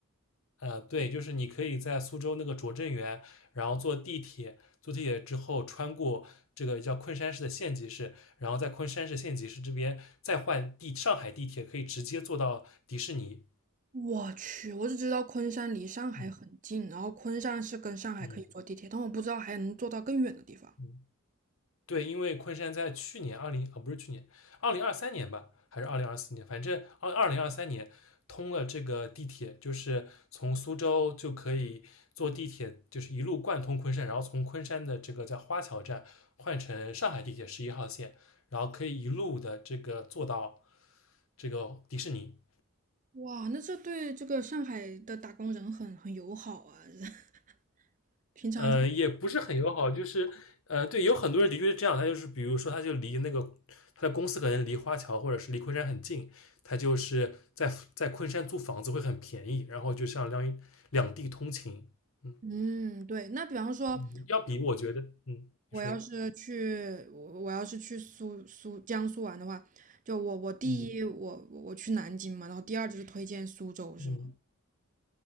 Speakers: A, on the left; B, on the right.
A: 呃，对，就是你可以在苏州那个拙政园，然后坐地铁，坐地铁之后穿过这个叫昆山市的县级市，然后在昆山市县级市这边再换地上海地铁，可以直接坐到迪士尼。
B: 我去，我只知道昆山离上海很近，
A: 嗯
B: 然后昆山是跟上海可以坐地铁，
A: 嗯
B: 但我不知道还能坐到更远的地方。
A: 嗯。对，因为昆山在去年二零啊，不是去年，二零二三年吧，还是二零二四年，反正二二零二三年通了这个地铁，就是从苏州就可以坐地铁，就是一路贯通昆山，然后从昆山的这个在花桥站换乘上海地铁十一号线，然后可以一路的这个坐到这个迪士尼。
B: 哇，那这对这个上海的打工人很很友好啊！<laughs> 平常跟
A: 呃，也不是很友好，就是呃，对，有很多人的确是这样，他就是比如说，他就离那个他的公司可能离花桥或者是离昆山很近，他就是在在昆山租房子会很便宜，然后就像两两地通勤，嗯
B: 嗯，对。那比方说，
A: 嗯，要比我觉得，嗯，你说，
B: 我要是去，我我要是去苏苏江苏玩的话，就我我第一我我去南京嘛，
A: 嗯
B: 然后第二就是推荐苏州，是吗？
A: 嗯。